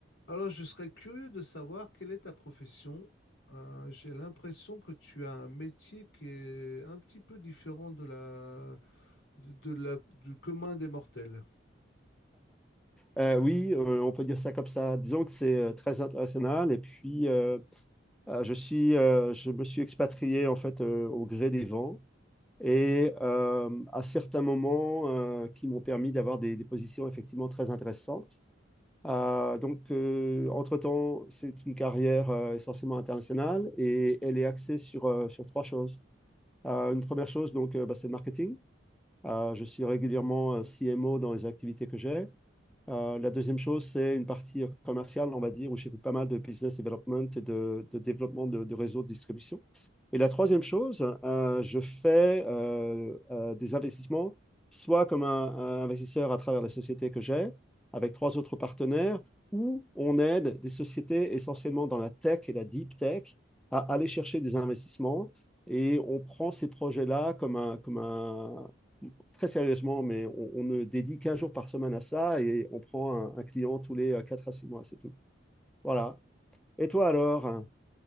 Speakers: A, on the left (about 70°); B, in the centre.
A: Alors, je serais curieux de savoir quelle est ta profession. Euh, j'ai l'impression que tu as un métier qui est un petit peu différent de la, de, de la, du commun des mortels.
B: Euh, oui, euh, on peut dire ça comme ça. Disons que c'est euh, très international. Et puis, euh, euh, je suis, euh, je me suis expatrié en fait euh, au gré des vents et euh, à certains moments euh, qui m'ont permis d'avoir des, des positions effectivement très intéressantes. Euh, donc, euh, entre-temps, c'est une carrière euh, essentiellement internationale et elle est axée sur, euh, sur trois choses. Euh, une première chose, donc, euh, bah, c'est le marketing. Euh, je suis régulièrement euh, CMO dans les activités que j'ai. Euh, la deuxième chose, c'est une partie euh, commerciale, on va dire, où j'ai fait pas mal de business development et de, de développement de, de réseaux de distribution. Et la troisième chose, euh, je fais euh, euh, des investissements, soit comme un, un investisseur à travers la société que j'ai, avec trois autres partenaires, où on aide des sociétés essentiellement dans la tech et la deep tech à aller chercher des investissements. Et on prend ces projets-là comme un, comme un, très sérieusement, mais on, on ne dédie qu'un jour par semaine à ça et on prend un, un client tous les 4 à 6 mois, c'est tout. Voilà. Et toi alors, hein,